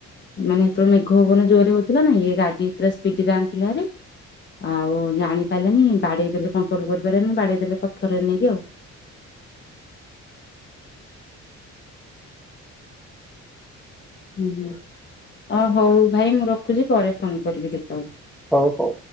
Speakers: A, on the left; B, in the centre.
A: ମାନେ ହେତବେଳକୁ ମେଘ ଭବନ ଜୋରରେ ହଉଥିଲା ନା ଇଏ ଗାଡି ପୁରା ସ୍ପିଡରେ ଆଣିଥିଲା ହେରି। ଆଉ ଜାଣି ପାରିଲେନି ବାଡ଼େଇ। ହେଲେ କଣ୍ଟ୍ରୋଲ କରିପାରିଲେନି ବାଡିେଇ ଦେଲେ ପଥରରେ ନେଇକି ଆଉ।
B: <inaudible>
A: ହୁଁ ହୁଁ ଅ ହଉ ଭାଇ ମୁଁ ରଖୁଛି ପରେ ଫୋନ କରିବି ଦି
B: ହଉ ହଉ।